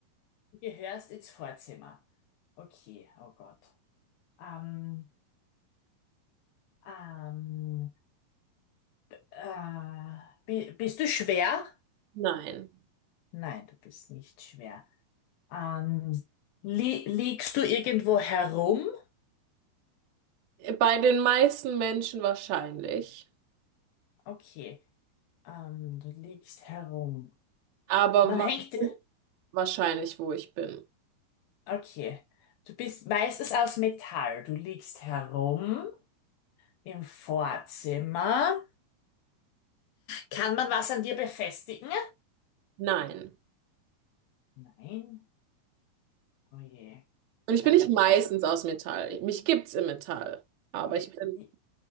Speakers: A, on the left; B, on the right.
A: Du gehörst ins Vorzimmer. Okay, oh Gott. Ähm, ähm, äh, bi- bist du schwer?
B: nein.
A: Nein, du bist nicht schwer. Ähm, li liegst du irgendwo herum?
B: Bei den meisten Menschen wahrscheinlich,
A: Okay. Ähm, du liegst herum.
B: aber
A: Man
B: man
A: hängt.
B: weiß wahrscheinlich, wo ich bin.
A: Okay. Du bist meistens aus Metall. Du liegst herum im Vorzimmer. Kann man was an dir befestigen?
B: Nein.
A: Nein. Oh je.
B: Und ich
A: Dachte
B: bin nicht meistens
A: schon, ich.
B: aus Metall. Mich gibt's im Metall, aber
A: mi-
B: ich bin
A: die-